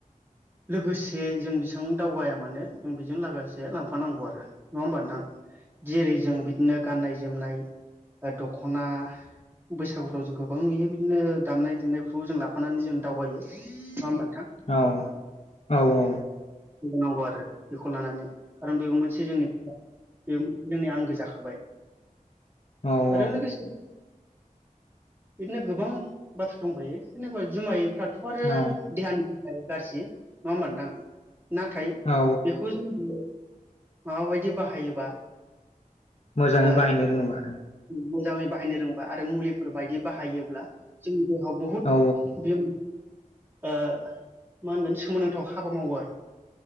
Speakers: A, on the right; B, on the left.
A: लोगोसे जों बेसां दावगाया मानो जों बेजों लोगोसे लां‌ फानांगौ आरो नङा होमबा नोंथां। जेरै जों बिदिनो गाननाय जोमनाय दख'ना बैसागुफ्राव जों गोबां नुयो। बिदिनो दामनाय देनायफोरखौ जों लाफानानै जों दावगायो। नङा होमबा नोंथां?
B: औ औ औ।
A: नांगौ आरो बेखौ लानानै खारन बेबो मोनसे जोंनि जोंनि आंगो जाखाबाय
B: औ
A: लोगोसे बिदिनो गोबां बाथ्रा दंबायो जेनबा जुमायफ्रा थ' आरो
B: औ
A: देहानि थाखाय गाज्रि नङा होमबा नोंथां? नाथाय
B: औ
A: बेखौ जों माबाबायदि बाहायोबा
B: मोजाङै
A: ओ
B: बाहायनो रोङोबा आरो।
A: मोजाङै बाहायनो रोंबा आरो मुलि फोर बायदि बाहायोब्ला जोंनि देहायाव बहुद
B: उम, औ
A: बियो ओ मा होनगोन सोमोनांथाव हाबा मावो आरो।